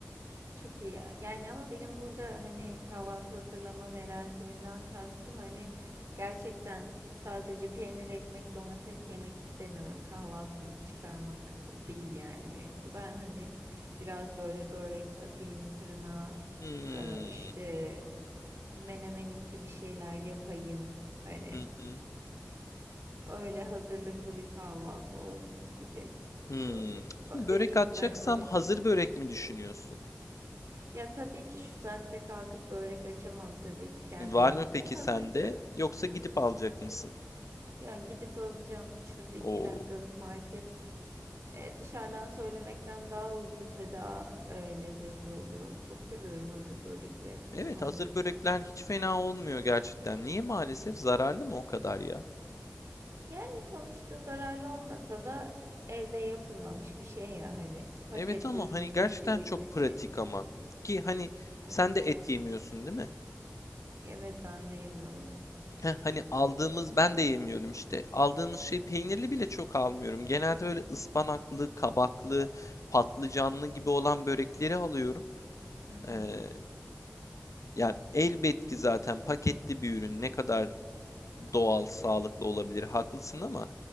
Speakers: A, on the right (about 65°); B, on the left (about 80°).
A: Çok iyi ya. Yani ama benim burada hani kahvaltı hazırlama merasiminden kastım hani gerçekten sadece peynir, ekmek, domates yemek istemiyorum. Kahvaltılık çıkarmak değil yani mevzu. Ben hani biraz böyle börek atayım fırına.
B: Hmm.
A: Ee, işte menemenimsi bir şeyler yapayım. Hani
B: Hı hı.
A: öyle hazırlıklı bir kahvaltı olsun gibi
B: Hmm.
A: böyle. Ba-
B: Şimdi börek
A: Dediğim
B: atacaksam
A: gibi hani öyle
B: hazır börek mi düşünüyorsun?
A: ya tabii ki şu saatte kalkıp börek açamam tabii ki kendi
B: Var
A: elimle.
B: mı peki
A: Hazır
B: sende?
A: börek.
B: Yoksa gidip alacak mısın?
A: Ya gidip alacağım şurada iki
B: Oo.
A: dakikalık market. E, dışarıdan söylemekten daha ucuz ve daha e, lezzetli oluyor. Çok seviyorum hazır börekleri de
B: Evet,
A: maalesef.
B: hazır börekler hiç fena olmuyor gerçekten. Niye maalesef zararlı mı o kadar ya?
A: Yani sonuçta zararlı olmasa da evde yapılmamış bir şey ya hani paketli
B: Evet ama
A: ürünün
B: hani gerçekten
A: nesi iyidir
B: çok pratik
A: ki?
B: ama. Ki hani
A: Evet.
B: sen de et yemiyorsun değil mi?
A: Evet ben de yemiyorum.
B: Heh, hani aldığımız ben de yemiyorum işte. Aldığımız şey peynirli bile çok almıyorum. Genelde böyle ıspanaklı, kabaklı, patlıcanlı gibi olan börekleri alıyorum.
A: Hı hı.
B: Ee, yani elbet ki zaten paketli bir ürün ne kadar doğal, sağlıklı olabilir haklısın ama